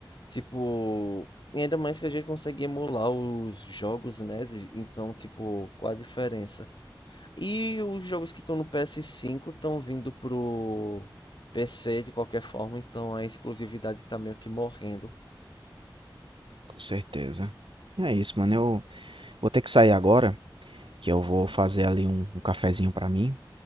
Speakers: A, on the left; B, on the right.
A: Tipo, e ainda mais que a gente consegue emular os jogos, né? Então, tipo, qual a diferença? E os jogos que estão no PS5 estão vindo pro PC de qualquer forma, então a exclusividade tá meio que morrendo.
B: Com certeza. É isso, mano. Eu vou ter que sair agora, que eu vou fazer ali um, um cafezinho pra mim